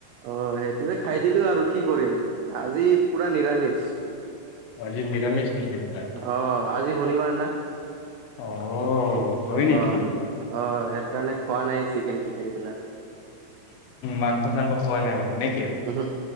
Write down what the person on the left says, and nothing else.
অঁ আজি নিৰামিষ নেকি খালা।
অ হয়
নেকি
মাংস-চাংস খোৱা নাই বাৰু নেকি